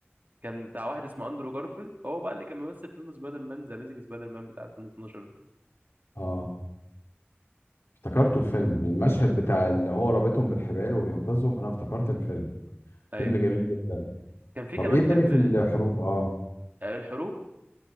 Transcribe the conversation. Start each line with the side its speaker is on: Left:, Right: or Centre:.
Right: كان بتاع واحد اسمه اندرو جارفيلد هو بقى اللي كان ممثل في فيلم سبايدر مان ذا اميزنج سبايدر مان بتاع 2012 ده
Left: اه افتكرته الفيلم
Right: بس.
Left: المشهد بتاع اللي هو رابطهم بالحبال وبينقذهم انا افتكرت الفيلم
Right: ايوه
Left: فيلم جميل جدا
Right: كان في
Left: طب
Right: كمان
Left: ايه
Right: فيلم
Left: تاني في
Right: آه،
Left: الحروب اه
Right: الحروب